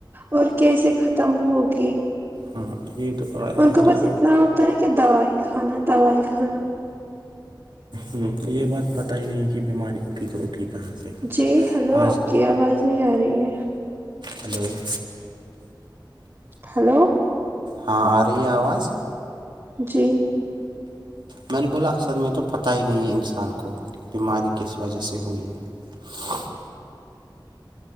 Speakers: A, on the right; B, on the right.
A: اور کیسے ختم ہوگی
B: ہاں یہ تو ایسے
A: ان کو بس اتنا ہو ت ہے کیا دواائی کانا دواائی کانا
B: ہوں یہ بات پت ہی نہیں کہ بیماری اٹھی تو اٹھی کہاں سے
A: جی ہیلو آپ
B: آج
A: کی آواز نہیں آ رہی ہے
B: ہلو <unintelligible>
A: ہلو
B: ہاں آ رہی ہے آواز
A: جی
B: میں نے بولا اصد میں تو پتاہ ہی نہیں ہے انسان کو بیماری کس وجہ سے ہوئی ہے <unintelligible>